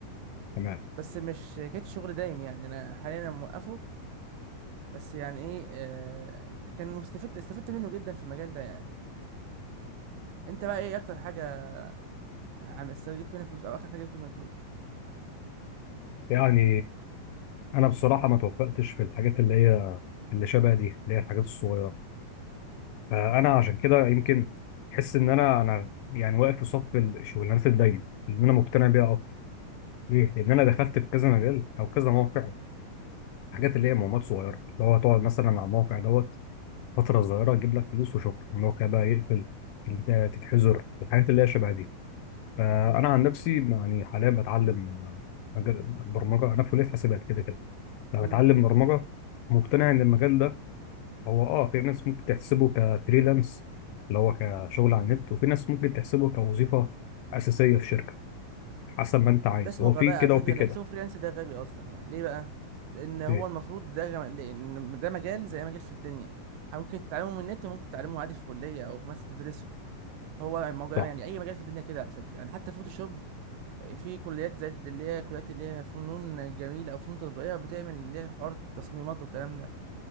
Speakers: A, on the left; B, on the right.
A: تمام
B: بس مش كانت شغل دايم يعني انا حاليا أنا موقفه بس يعني ايه آه كان مستفدت استفدت منه جدا في المجال ده يعني انت بقى ايه اكتر حاجه عم است- جبت منها فلوس او اخر حاجه جبت منها فلوس
A: يعني انا بصراحه ما توفقتش في الحاجات اللي هي اللي شبه دي اللي هي الحاجات الصغيره فانا عشان كده يمكن احس ان انا انا يعني واقف في صف الشغلانات الدايمه اللي انا مقتنع بيها اكتر ليه لان انا دخلت في كذا مجال او كذا موقع حاجات اللي هي مهمات صغيره اللي هو تقعد مثلا على الموقع دوت فتره صغيره تجيب لك فلوس وشكرا الموقع بقى يقفل انت تتحذر الحاجات اللي هي شبه دي فانا
B: مم.
A: عن نفسي يعني حاليا بتعلم آه، مجال- برمجه انا في كليه حاسبات كده كده لو
B: امم
A: هتعلم برمجة مقتنع إن المجال ده هو آه في ناس ممكن تحسبه كفريلانس اللي هو كشغل على النت وفي ناس ممكن تحسبه كوظيفة أساسية في شركة حسب ما أنت عايز
B: ده اسمه
A: هو
B: غباء
A: في كده
B: على فكره
A: وفي
B: اللي
A: كده
B: يحسبه فريلانس ده غبي اصلا يعني ليه بقى لان هو
A: إيه
B: المفروض ده غم... لأن ده مجال زي أي مجال في الدنيا ممكن تتعلمه من النت وممكن تتعلمه عادي في كليه او في مثلا تدرسه هو الموضوع
A: صح
B: يعني اي مجال في الدنيا كده على فكره يعني حتى فوتوشوب في كليات زي اللي هي كليات اللي هي فنون جميله او فنون تطبيقيه بتعمل اللي هي حوار التصميمات والكلام ده